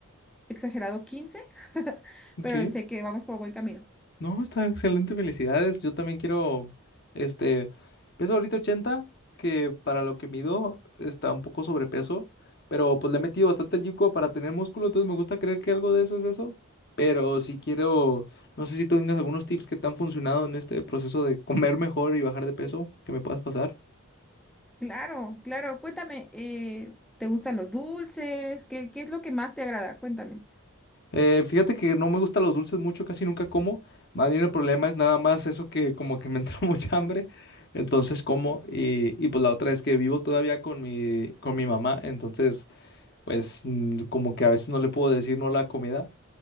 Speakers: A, in the centre; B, on the left.
A: exagerado quince <laughs>
B: Ok.
A: pero sé que vamos por buen camino.
B: No, está excelente, felicidades. Yo también quiero, este, peso ahorita 80, que para lo que mido está un poco sobrepeso, pero pues le he metido bastante el yuco para tener músculo, entonces me gusta creer que algo de eso es eso. Pero si quiero, no sé si tú tengas algunos tips que te han funcionado en este proceso de comer mejor y bajar de peso, que me puedas pasar.
A: Claro, claro, cuéntame, eh, ¿te gustan los dulces? ¿Qué, qué es lo que más te agrada? Cuéntame.
B: Eh, fíjate que no me gustan los dulces mucho, casi nunca como. Más bien el problema es nada más eso que como que me <laughs> entra mucha hambre, entonces como. Y, y pues la otra es que vivo todavía con mi, con mi mamá, entonces pues mm, como que a veces no le puedo decir no a la comida.